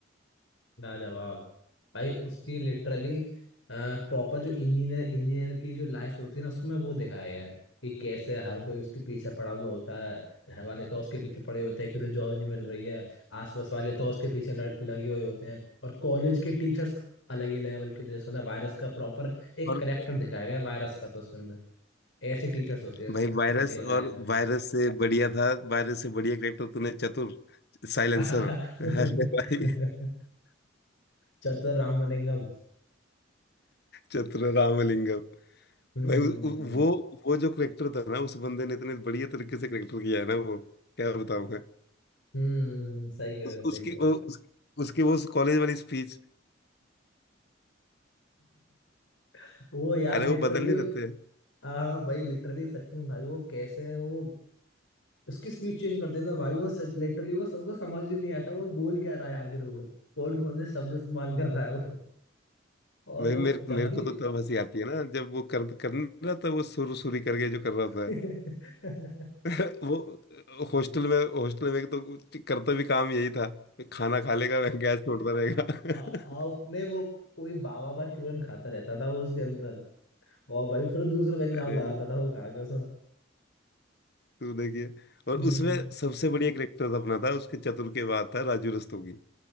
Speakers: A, on the left (about 75°); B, on the left (about 55°).
A: लाजवाब भाई उसकी लिटरली प्रॉपर जो इंजीनियर इंजीनियर की जो लाइफ होती है ना उसको मैं वो दिखाया गया है कि कैसे हर कोई उसके पीछे पड़ा हुआ होता है घर वाले तो उसके पीछे पड़े होते हैं कि तो जॉब नहीं मिल रही है आसपास वाले तो उसके पीछे ल- लगे हुए होते हैं और कॉलेज के टीचर्स अलग ही लेवल के होते हैं उसके अंदर वायरस का प्रॉपर एक
B: और
A: करेक्टर दिखाया गया है वायरस का तो उसके अंदर ऐसे टीचर्स होते हैं
B: भाई वायरस
A: रियल लाइफ
B: और
A: में भी
B: वायरस से बढ़िया था वायरस से बढ़िया करेक्टर तूने चतुर साइलेंसर
A: <laughs>
B: अरे भाई
A: चतुर रामलिंगम
B: चतुर रामलिंगम
A: हम्म
B: भाई उ-
A: हम्म
B: उ-
A: हम्म
B: वो वो जो करेक्टर था ना उस बंदे ने इतने बढ़िया तरीके से करेक्टर किया है ना वो क्या बताऊं मैं
A: हम्म सही कह
B: उस,
A: रहे हो सही
B: उसकी
A: कह रहे
B: वो
A: हो
B: उस, उसकी वो कॉलेज वाली स्पीच
A: <laughs> वो यार
B: अरे
A: लिटरली
B: वो बदल नहीं देते हैं
A: हाँ भाई लिटरली सच में भाई वो कैसे है वो उसकी स्पीच चेंज कर देना भाई वो सच लिटरली वो सबको समझ ही नहीं आता वो बोल क्या रहा है आखिर वो कौन कौन से शब्द इस्तेमाल कर रहा है वो और
B: भाई
A: वो
B: मेरे
A: जब
B: मेरे
A: भी
B: को तो तब हंसी आती है ना जब वो कर कर नहीं रहा था वो सुर सुरी करके जो कर रहा
A: <laughs>
B: था <laughs> वो हॉस्टल में हॉस्टल में तो कुछ करता भी काम यही था कि खाना खा लेगा वह गैस छोड़ता रहेगा
A: आ- आपने
B: <laughs>
A: वो कोई बाबा का चूरन खाता रहता था वो उसके अंदर और भाई फिर दूसरा पंजाब
B: अरे
A: लगाता था वो खा के
B: तू देखिए और
A: उसमें
B: उसमें सबसे बढ़िया करेक्टर अपना था उसके चतुर के बाद था राजू रस्तोगी